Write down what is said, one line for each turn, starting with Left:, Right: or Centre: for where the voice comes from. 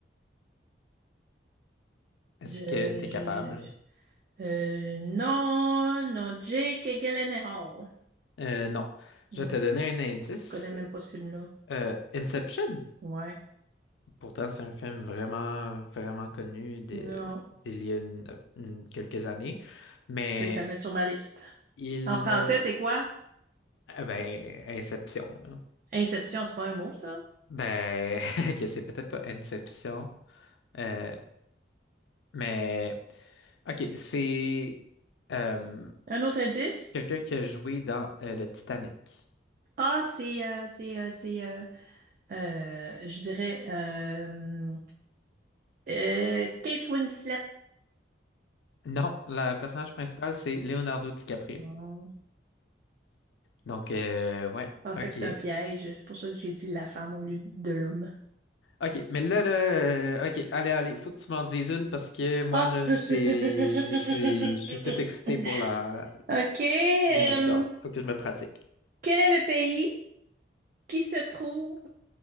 Left: Est-ce
Right: Je,
Left: que tu
Right: je,
Left: es capable?
Right: je, je- euh, non, non, Jake Gyllenhaal.
Left: Euh, non. Je
Right: Hmm,
Left: vais te
Right: Je
Left: donner un indice.
Right: connais même pas ce film-là.
Left: Euh, Inception,
Right: Ouais.
Left: pourtant, c'est un film vraiment, vraiment connu de-
Right: Non,
Left: d'il y a une- une- quelques années. Mais
Right: c'est à mettre sur ma liste.
Left: il.
Right: En français,
Left: euh,
Right: c'est quoi?
Left: ah ben, Inception, là.
Right: Inception, c'est pas un mot, ça.
Left: Ben, <laughs> ok, c'est peut-être pas Inception. Euh, mais. Ok, c'est euh,
Right: Un autre indice?
Left: quelqu'un qui a joué dans euh, le Titanic.
Right: Ah, c'est, euh, c'est, euh, c'est, euh, Euh, je dirais euh, euh, Kate Winslet.
Left: Non, le personnage principal, c'est Leonardo DiCaprio.
Right: Hmm,
Left: Donc, euh, ouais,
Right: Je pensais
Left: ok.
Right: que c'était un piège. C'est pour ça que j'ai dit la femme au lieu de l'homme.
Left: Ok, mais là, là, euh, ok, allez, allez, faut que tu m'en dises une parce que moi,
Right: Ah!
Left: là,
Right: Hum,
Left: j'ai,
Right: hum, hum, hum, hum,
Left: j'ai-
Right: hum,
Left: je suis
Right: hum,
Left: je suis
Right: hum, hum,
Left: tout excité
Right: hum.
Left: pour
Right: hum.
Left: la,
Right: OK.
Left: l'émission.
Right: euh,
Left: Il faut que je me pratique.
Right: quel est le pays qui se trouve